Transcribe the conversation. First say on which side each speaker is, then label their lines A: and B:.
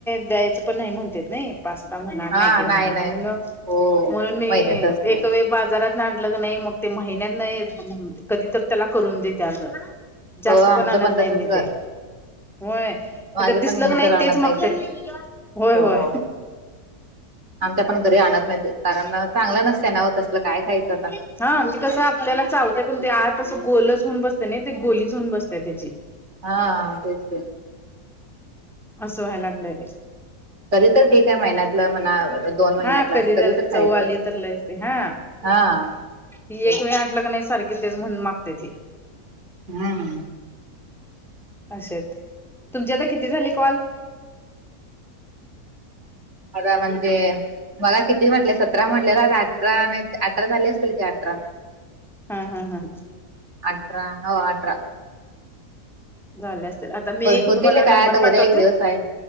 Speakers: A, in the centre; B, on the right.
A: द्यायचं पण नाही म्हणत नाही पास्ता म्हणा मॅगी
B: हा
A: म्हणा
B: नाही नाही
A: म्हणून
B: हो
A: म्हणून मी
B: मैद्याच असतंय
A: एक बाजार लं नाही मग ते महिन्यात नाही कधी तर त्याला करून देत जास्त
B: हो
A: पण
B: आमचं
A: आणत नाही
B: तसच
A: मी
B: कर
A: ते होय
B: माझे
A: हे तर दिसलं
B: पण मिस्टर
A: क नाही
B: आणत
A: तेच मागत
B: ते
A: होय
B: हो
A: होय
B: हो आमच्या पण घरी आणत नाहीत कारण चांगलं नसतं नाव तसलं काय खायचं आता
A: ह हा तेी कसं आपल्याला चावतंय पण ते आत असं गोलच होऊन बसते ना ते गोलीच होऊन बसते त्याची
B: हा तेच आहे
A: असं व्हायला लागलंय ते
B: कधी तर ठीक आहे महिन्यातलं मणा दोन महिन्यातलं
A: हा
B: अस कधी तर
A: चव
B: खायचं
A: आली तर लयच ते हा
B: हा
A: ही
B: तेच
A: एक वे आणलं का नाही सारखी तेच म्हणून मागते ती
B: हम्म
A: असच तुमचे आता किती झाले कॉल
B: आता म्हणजे मला किती म्हटले सत अठरा म्हटलेला अठरा अठरा झाली असतीलल की अठरा
A: हा हा हा
B: अठरा न अठ्र
A: झाले असतील आता मी एक
B: होतील
A: तुम्हाला नंबर
B: काय आता
A: पाठवते
B: उद्या एक दिवस आहे